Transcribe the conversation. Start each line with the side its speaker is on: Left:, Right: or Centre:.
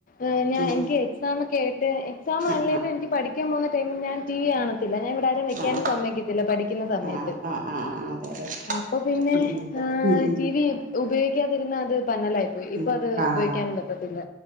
Left: ഏഹ് ഞാൻ
Right: ഉം
Left: എനിക്ക് എക്സാമക്കെ ആയിട്ട് എക്സാം
Right: ആഹ്
Left: ആൺലേനും എനിക്ക് പഠിക്കാൻ പോകുന്ന ടൈമിൽ ഞാൻ ടി വി കാണത്തില്ല. ഞാൻ ഇവിടെ ആരെയും വെക്കാനും
Right: ആഹ്
Left: സമ്മയ്ക്കത്തില്ല പഠിക്കുന്ന സമയത്ത്.
Right: ആഹ് ആഹ് ആഹ് അതെ അതെ.
Left: അപ്പൊ പിന്നെ
Right: ഉം ഉം
Left: ആഹ്
Right: ഉം
Left: ടി വി ഉപയോഗിക്കാതിരുന്ന അത് <unintelligible> പ്പോയി. ഇപ്പൊ
Right: ഉം
Left: അത്
Right: ആഹ്
Left: ഉപയോഗിക്കാനും പറ്റത്തില്ല.